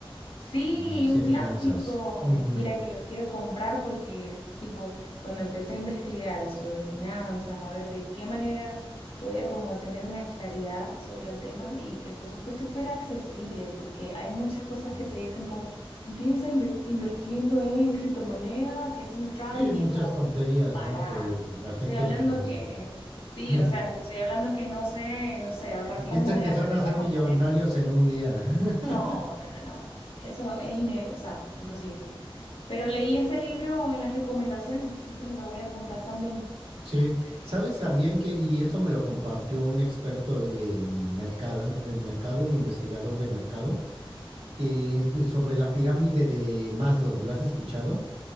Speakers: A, on the left; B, on the right.
A: Sí,
B: Y de
A: un
B: finanzas.
A: clásico.
B: Ujú.
A: Mira que lo quiero comprar porque, tipo, cuando empecé a investigar sobre finanzas, a ver de qué manera podía como tener una claridad sobre el tema y que por supuesto fuera accesible, porque hay muchas cosas
B: Ujú.
A: que te dicen como, empieza inve- invirtiendo en criptomonedas y haciendo trading
B: Sí, muchas
A: y es como,
B: tonterías,
A: para,
B: ¿no? Que la
A: te estoy
B: gente
A: hablando
B: no conoce.
A: <laughs> que, sí,
B: <laughs>
A: o sea, te estoy hablando que no sé, no sé, ahorrar las
B: Piensan
A: monedas,
B: que se van
A: no me
B: a hacer
A: vas
B: millonarios
A: a poner
B: en un día. <laughs>
A: no, no, no, no. Eso es ine- o sea, imposible. Pero leí ese libro en las recomendaciones, así que me lo voy a apuntar también.
B: Sí, sabes también que, y esto me lo compartió un experto en mercado, en mercado, un investigador de mercado, que eh, sobre la pirámide de Maslow, ¿lo has escuchado?